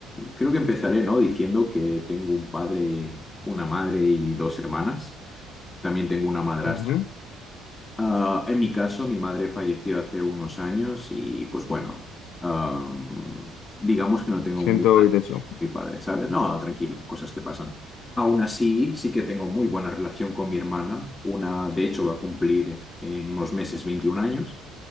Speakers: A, on the left; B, on the left.
A: creo que empezaré, ¿no? Diciendo que tengo un padre, una madre y dos hermanas. También tengo una madrastra.
B: Ujú,
A: Ah, en mi caso, mi madre falleció hace unos años y pues bueno, ah, digamos que no tengo
B: Siento
A: muy buena
B: oír
A: relación
B: eso.
A: con mi padre, ¿sabes? No, tranquilo, cosas que pasan. Aún así, sí que tengo muy buena relación con mi hermana. Una, de hecho, va a cumplir en unos meses 21 años